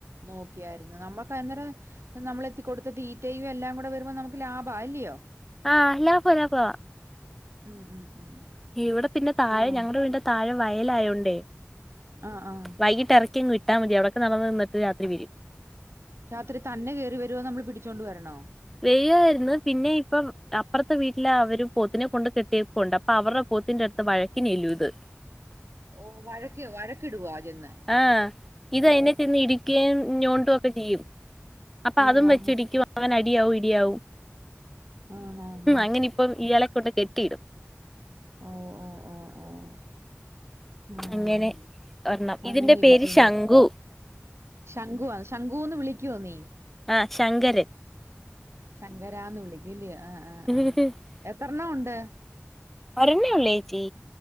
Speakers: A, on the right (about 65°); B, in the centre.
A: നോക്കിയാരുന്നു. നമ്മക്ക് അന്നേരം നമ്മളെത്തി കൊടുത്ത ദീത്തയും എല്ലാക്കൂടെ വരുമ്പോ നമ്മുക്ക് ലാഭായൽയോ?
B: ആഹ് ലാഭവ ലാഭവ.
A: ഉം ഉം ഉം
B: ഇവെടെ പിന്നെ താഴെ
A: ആഹ്
B: ഞങ്ങടെ വീടിന്റെ താഴെ വയലായോണ്ടേ.
A: അ ആഹ്
B: വൈകിട്ടെറക്കിയങ്ങ് വിട്ടാ മതി. അവെടക്കെ നടന്നു തിന്നിട്ട് രാത്രി വെരും.
A: രാത്രി തന്നെ കേറി വെരോ, നമ്മള് പിടിച്ചോണ്ട് വരണോ?
B: വെരുവാരുന്നു. പിന്നെ ഇപ്പ അപ്പറത്തെ വീട്ടിലവര് പോത്തിനെ കൊണ്ട് കെട്ടിയപ്പോണ്ട് അപ്പ അവർ പോത്തിന്റെടുത്ത് വഴക്കിനു എല്ലുയിത്.
A: ഓഹ് വഴക്ക് വഴക്കിടുവാ ചെന്ന്.
B: ആഹ്. ഇത് അതിനെ ചെന്ന് ഇടിക്കയും ഞോണ്ടുവെക്കെ ചെയ്യും. അപ്പ
A: ആ
B: അതും
A: ആ
B: വെച്ചിടിക്കും. അങ്ങനെ അടിയാവും ഇടിയാവും
A: ആ ആ.
B: ഉം
A: ആ.
B: അങ്ങനെയി ഇപ്പം ഇയാളെ കൊണ്ട് കെട്ടിയിടും.
A: അ അഹ് ആ ആഹ ആഹ്
B: അങ്ങനെ ഒരെണ്ണം
A: അങ്ങനെ
B: ഇതിന്റെ
A: ഇരിക്കുന്ന്
B: പേര് ശംഖു
A: ശംഖുവാ. ശംഖൂന്ന് വിളിക്കോ നീ?
B: ആ ശങ്കരൻ
A: ശങ്കരാന്ന് വിളിക്കുല്‌യോ ആഹ്
B: <unintelligible>
A: എത്രണ്ണംഉണ്ട്?
B: വരണില്ല്യേച്ചി